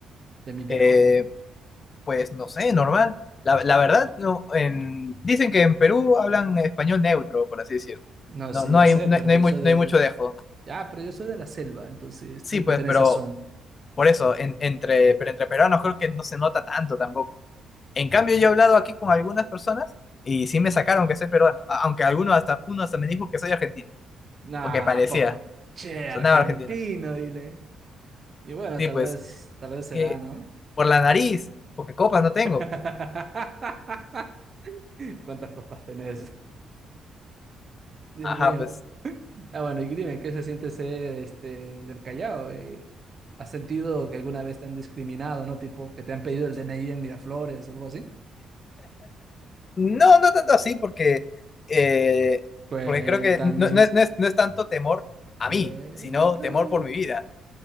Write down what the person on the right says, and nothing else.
De mi tejo.
No,
sí,
ya
sé,
pero
yo
soy
de.
Ya, pero yo soy de la selva, entonces
tengo
que tener
sazón.
Nah,
¿a poco? Che,
argentino,
dile. Y bueno,
tal
vez, tal vez será,
¿no?
<laughs> ¿Cuántas copas tenés? Dios
mío.
Ah, bueno, y dime, ¿qué se siente ser este del Callao? Eh, ¿has sentido que alguna vez te han discriminado, no? Tipo, que te han pedido el DNI en Miraflores o algo así?
Cuéntame,
cuéntame.